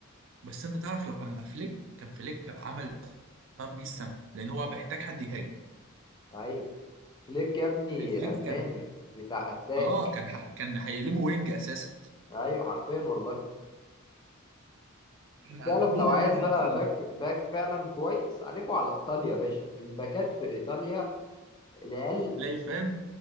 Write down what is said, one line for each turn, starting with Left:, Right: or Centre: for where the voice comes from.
Right: بس انت تعرف لو كان مع فليك كان فليك عمل طار بيه السما لان هو محتاج حد يهاجم
Left: ايوه فليك يا ابني
Right: فليك
Left: الماني
Right: كان
Left: بتاع اتاك
Right: اه كان ح... كان هيقلبه وينج اساسا
Left: ايوه حرفيا والله
Right: احنا
Left: تعرف
Right: ع- مين
Left: لو عايز
Right: الباك
Left: بقى
Right: اللي يفهم
Left: باك باك فعلا كويس عليكوا على ايطاليا يا باشا الباكات في ايطاليا العيال
Right: تلاقي فاهم